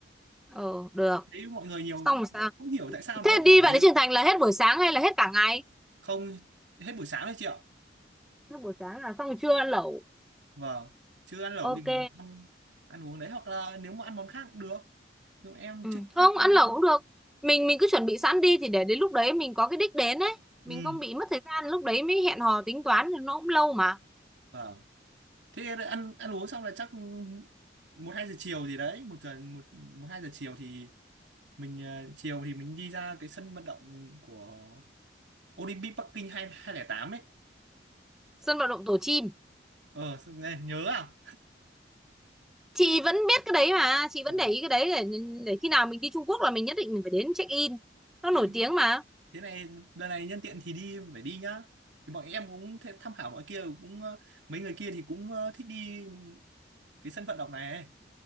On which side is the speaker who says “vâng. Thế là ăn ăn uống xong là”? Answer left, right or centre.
Right